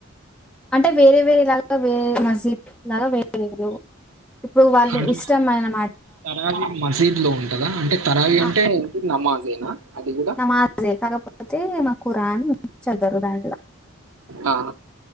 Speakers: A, in the centre; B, on the right.
A: అంటే వేరే వేరే లాగా వే రే మసీద్ లాగా వేరు వేరు వాళ్ళు
B: అంటే
A: ఇష్టమైన నా
B: తరావి మసీద్ లో ఉంటదా, అంటే తారావి
A: ఆ,
B: అంటే ఏంటి నమాజేనా? అది కూడా
A: నమాజే కాకపోతే మాకు రాని చదరు బాడగ
B: ఆ